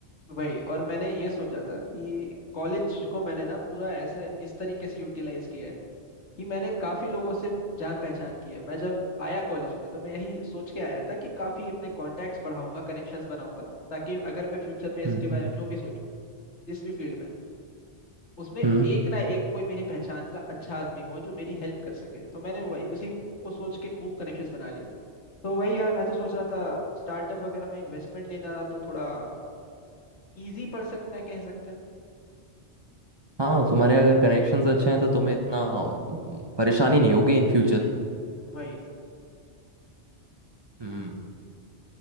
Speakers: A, on the left (about 75°); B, on the right (about 25°).
A: वही और मैंने ये सोचा था कि कॉलेज को मैंने ना पूरा ऐसे इस तरीके से यूटिलाइज किया है कि मैंने काफी लोगों से जान पहचान की है मैं जब आया कॉलेज में तो मैं यही सोच के आया था कि काफी अपने कॉन्टैक्ट्स बढ़ाऊंगा कनेक्शंस बनाऊंगा ताकि अगर मैं फ्यूचर में इसके
B: हम्म
A: बारे
B: हम्म
A: में जो भी सोचूं जिस भी फील्ड में उसमें
B: हम्म।
A: एक ना एक कोई मेरी पहचान का अच्छा आदमी हो जो मेरी हेल्प कर सके तो मैंने वही उसी को सोच के खूब कनेक्शंस बना लिए तो वही यार मैं तो सोच रहा था स्टार्टअप वगैरह में इन्वेस्टमेंट लेना तो थोड़ा इजी पड़ सकता है कह सकते हैं
B: हाँ तुम्हारे अगर कनेक्शंस अच्छे हैं तो तुम्हें इतना अम, परेशानी नहीं होगी इन फ्यूचर
A: वही
B: हम्म